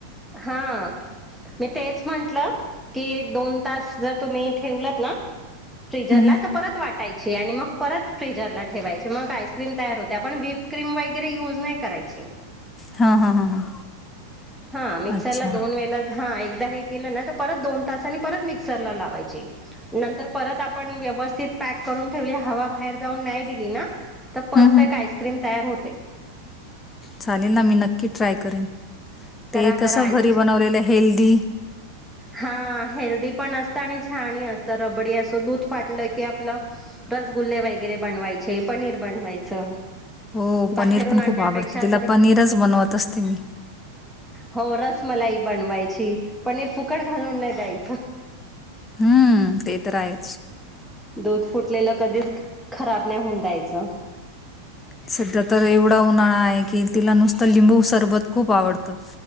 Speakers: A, in the centre; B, on the left (about 20°).
A: हा मी तेच म्हंटलं की दोन तास जर तुम्ही ठेवलात ना फ्रीजरला
B: हम्म हम्म.
A: तर परत वाट टायची आणि मग परत फ्रीजर ला ठेवायची मग आईस्क्रीम तयार होते आपण विप क्रीम वगैरे युज नाही करायची
B: हा हा हा हा
A: हा मिक्सरला
B: अच्छा हम्म
A: दोन वेलेला हा एकदा हे केलं ना तर परत दोन तासनी परत मिक्सरला लावायचं ची नंतर परत आपण व्यवस्थित पॅ क करून ठेवली हवा बाहेर जाऊन नाही दिली ना तर परफेक्ट
B: हम्म
A: आईस्क्रीम तयार होते
B: चालेल ना मी नक्की ट्राय करेन
A: करा
B: ते कस
A: करा आईस्क्रीम
B: घरी बनवलेलं हेल्दी
A: हा हेल्दी पण असतं आणि छान ही असतं रबडी असं दूध फाटलं की आपलं रसगुल्ले वगैरे बनवायचे पनीर बनवायचं
B: हो
A: बाहेरून
B: पनीर पण
A: आणण्यापेक्षा
B: खूप आवडतं तिला
A: तरी
B: पनीरच बनवत असते मी
A: हो रसमलाई बनवायची पनीर फुकट घालून नाही द्यायचं
B: हम्म ते तर आहेच
A: दूध फुटलेलं कधीच खराब नाही होऊन द्यायच
B: सध्या तर एवढा उन्हाळा आहे की तिला नुसतं लिंबू सरबत खूप आवडतं